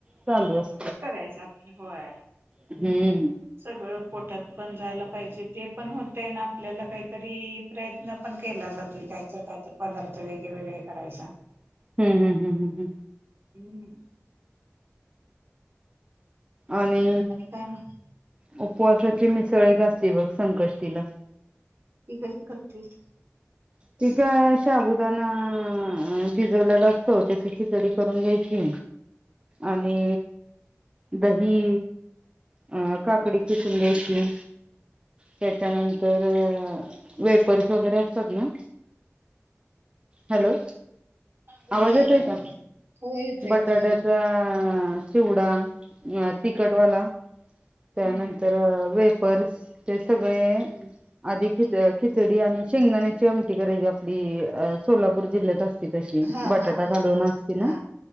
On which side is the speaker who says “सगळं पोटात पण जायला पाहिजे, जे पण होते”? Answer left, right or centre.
Right